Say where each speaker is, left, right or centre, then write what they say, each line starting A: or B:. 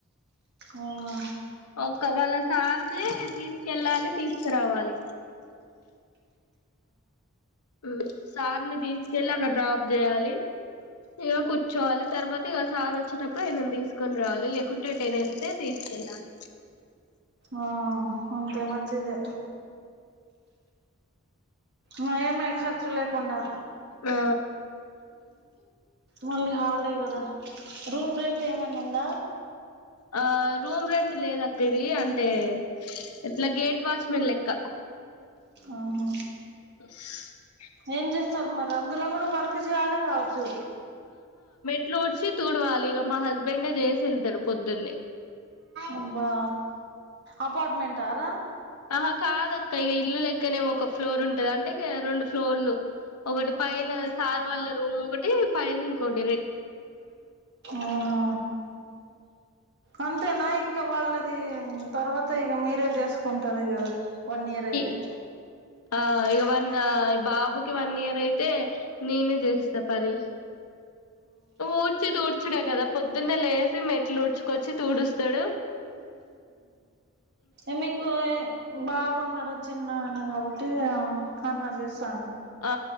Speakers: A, on the right (about 50°); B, on the left (about 85°).
A: అవునా
B: ఒక్క వాళ్ళ సార్ది తీసుకెళ్ళాలి, తీసుకరావాలి. ఉమ్, సార్ని తీసుకెళ్లి అక్కడ డ్రాప్ చేయాలి, ఇగ కూర్చోవాలి. తర్వాత ఇగ సార్ వచ్చేటప్పుడు ఇగ మేం తీసుకొని రావాలి, లేకుంటే ఎటన్ళ్తే తీసుకెళ్ళాలి.
A: ఆ అంతే, మంచిదే. నయం లే ఖర్చు లేకుండా.
B: ఆ
A: మళ్ళీ హాలిడే కదా, రూమ్ రెంట్ ఏమన్న ఉందా?
B: ఆ, రూమ్ రెంట్ లేదక్కిదీ అంటే ఇట్ల గేట్ వాచ్ మెల్లెక్క
A: ఆహా
B: బస్
A: ఏం చేస్తరు, మరందులో కూడ వర్క్ చేయాలె కావచ్చు.
B: ళ్ళు ఊడ్చి, తుడవాలి, ఇగ మా హస్బెండే చేసెల్తడు పొద్దున్నే.
A: అబ్బా అపార్ట్మెంటారా
B: ఆహా కాదక్క ఇగ ఇల్లు లేక్ అయితే నేమో ఒక ఫ్లోర్ ఉన్ అంటే ఇగ రెండు ఫ్లోర్లు ఒకటి పైన సార్ వాళ్ళ రూమ్ ఒకటి పైన్ ఇకోట్
A: అవునా, అంతేనా ఇంక వాళ్ళది తర్వాత్ తె, ఇగ మీరే చేసుకుంటారిగ. వన్ ఇయర్ అయితే
B: ఇ ఆ ఇగ వన్, ఆ బాబుకి వన్ ఇయర్ అయితే నేనే చేసిస్తా పని. ఊడ్చి, తుడ్చ్ చుడే కదా, పొద్దున్నే లేసి మెట్లు ఉడ్చుకొచ్చి తూడుస్తడు.
A: ఇమెకు బ ఉన్నడు చిన్న ఆన కాబట్టి ఆ అన్న చేస్తాండు.
B: ఆ,